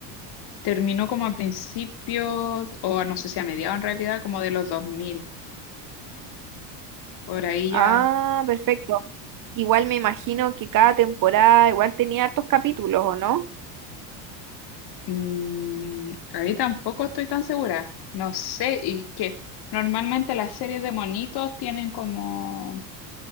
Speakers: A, on the left; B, on the right.
A: terminó como a principios, o a- no sé si a mediados en realidad, como de los dos mil Por ahí
B: Ah,
A: ya.
B: perfecto. Igual me imagino que cada temporada igual tenía hartos capítulos, ¿o no?
A: mm, ahí tampoco estoy tan segura. No sé, y que normalmente las series de monitos tienen como